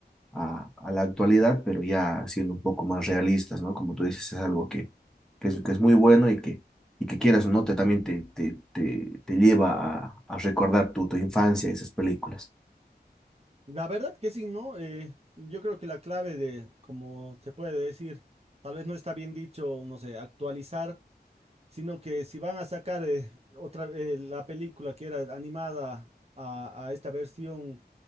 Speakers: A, in the centre; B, on the right.
A: a- a la actualidad, pero ya siendo un poco más realistas, ¿no? Como tú dices, es algo que, que es, que es muy bueno y que, y que quieras o no, te, también te, te, te, te lleva a, a recordar tu, tu infancia, esas películas.
B: La verdad que sí, ¿no? Eh, yo creo que la clave de, como se puede decir, tal vez no está bien dicho, no sé, actualizar sino que si van a sacar eh, otra eh, la película que era animada a, a esta versión